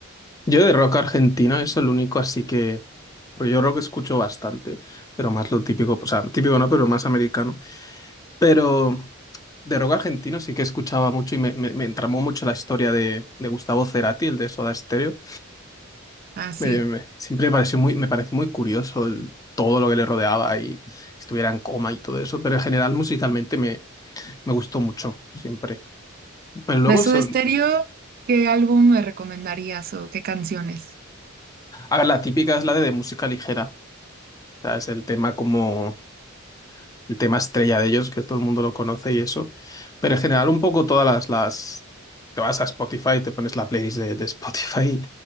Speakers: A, on the left (about 15°); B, on the right (about 45°).
A: Yo de rock argentino, eso es lo único, así que... porque Yo rock escucho bastante, pero más lo típico, o sea, típico no, pero más americano. Pero de rock argentino sí que escuchaba mucho y me, me, me entramó mucho la historia de, de Gustavo Cerati, el de Soda Stereo.
B: Así.
A: Me, me- siempre me pareció muy, me pareció muy curioso el- todo lo que le rodeaba y estuviera en coma y todo eso, pero en general musicalmente me, me gustó mucho, siempre. Pero luego
B: De Soda
A: son,
B: Stereo, ¿qué álbum me recomendarías o qué canciones?
A: a ver, la típica es la de, de música ligera, o sea, es el tema como el tema estrella de ellos, que todo el mundo lo conoce y eso, pero en general un poco todas las, las te vas a Spotify, te pones la playlist de, de Spotify